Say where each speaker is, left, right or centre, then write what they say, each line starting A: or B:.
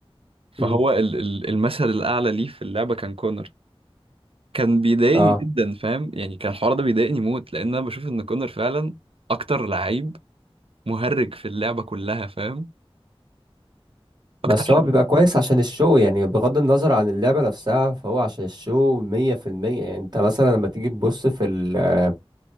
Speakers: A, on the right; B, on the right.
A: فهو
B: مم.
A: ال- ال- المثل الاعلى ليه في اللعبه كان كونر كان بيضايقني
B: اه
A: جدا فاهم يعني كان الحوار ده بيضايقني موت لان انا بشوف ان كونر فعلا اكتر لعيب مهرج في اللعبه كلها فاهم اكتر
B: بس
A: حد
B: هو بيبقى كويس عشان الشو يعني بغض النظر عن اللعبة نفسها فهو عشان الشو مية في المية يعني انت مثلا لما تيجي تبص في ال آه،